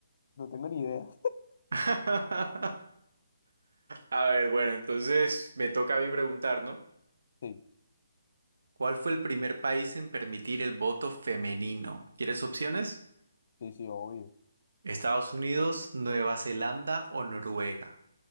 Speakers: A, on the left (about 35°); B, on the right (about 75°).
A: No tengo ni idea.
B: <laughs> A ver, bueno, entonces me toca a mí preguntar, ¿no?
A: Sí,
B: ¿Cuál fue el primer país en permitir el voto femenino? ¿Quieres opciones?
A: sí, sí, obvio.
B: ¿Estados Unidos, Nueva Zelanda o Noruega?